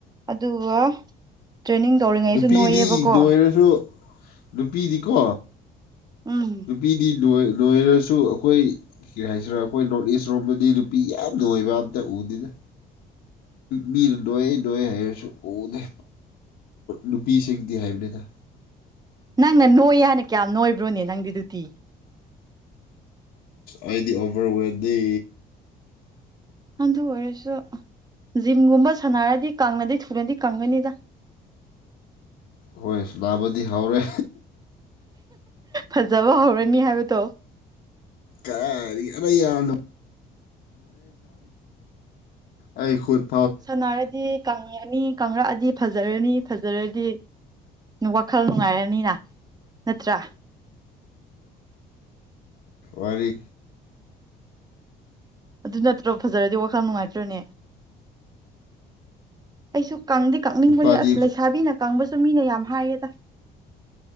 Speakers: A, on the right (about 25°); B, on the left (about 80°).
A: ꯑꯗꯨꯒ ꯇ꯭ꯔꯦꯅꯤꯡ ꯇꯧꯔꯤꯉꯩꯁꯨ
B: ꯅꯨꯄꯤꯗꯤ
A: ꯅꯣꯏꯌꯦꯕꯀꯣ
B: ꯅꯣꯏꯔꯁꯨ ꯅꯨꯄꯤꯗꯤꯀꯣ
A: ꯎꯝ
B: ꯅꯨꯄꯤꯗꯤ ꯅꯣꯏꯔꯁꯨ ꯑꯩꯈꯣꯏ ꯀꯔꯤ ꯍꯥꯏꯁꯤꯔꯣ ꯑꯩꯈꯣꯏ ꯅꯣꯔꯠ ꯏꯁ ꯔꯣꯝꯗꯗꯤ ꯅꯨꯄꯤ ꯌꯥꯝꯅ ꯑꯣꯏꯕ ꯑꯝꯇ ꯎꯗꯦꯅ ꯃꯤꯅ ꯅꯣꯏ ꯅꯣꯏ ꯍꯥꯏꯔꯁꯨ ꯎꯗꯦ ꯅꯨꯄꯤꯁꯤꯡꯗꯤ ꯍꯥꯏꯕꯅꯤꯗ
A: ꯅꯪꯅ ꯅꯣꯏ ꯌꯥꯅꯤ ꯀꯌꯥꯝ ꯅꯣꯏꯕ꯭ꯔꯣꯅꯦ ꯅꯪꯗꯤꯗꯨꯗꯤ
B: ꯑꯩꯗꯤ ꯑꯣꯚꯔꯋꯦꯠꯇꯗꯤ
A: ꯍꯗ ꯑꯣꯏꯔꯁꯨ ꯖꯤꯝꯒꯨꯝꯕ ꯁꯥꯟꯅꯔꯗꯤ ꯀꯪꯅꯗꯤ ꯊꯅꯗꯤ ꯀꯪꯒꯅꯤꯗ
B: ꯍꯣꯏ ꯅꯥꯕꯗꯤ ꯍꯧꯔꯦ
A: ꯐꯖꯕ ꯍꯧꯔꯅꯤ ꯍꯥꯏꯕꯗꯣ
B: ꯀꯔꯤ ꯑꯗ ꯌꯥꯔꯦ ꯑꯩꯈꯨꯗ
A: ꯁꯥꯟꯅꯔꯗꯤ ꯀꯪꯉꯅꯤ ꯀꯪꯂꯉꯛꯑꯗꯤ ꯐꯖꯔꯅꯤ ꯐꯖꯔꯗꯤ ꯋꯥꯈꯜ ꯅꯨꯡꯉꯥꯏꯔꯅꯤꯅ ꯅꯠꯇ꯭ꯔꯥ
B: ꯋꯥꯔꯤ
A: ꯑꯗꯨ ꯅꯠꯇ꯭ꯔꯣ ꯐꯖꯔꯗꯤ ꯋꯥꯈꯜ ꯅꯨꯡꯉꯥꯏꯇ꯭ꯔꯅꯦ ꯑꯩꯁꯨ ꯀꯪꯗꯦ ꯀꯪꯅꯤꯡꯕꯅꯦ
B: ꯅꯨꯄꯥꯗꯤ
A: ꯑꯁ ꯂꯩꯁꯥꯕꯤꯅ ꯀꯪꯕꯁꯨ ꯃꯤꯅ ꯌꯥꯝ ꯍꯥꯏꯑ ꯇ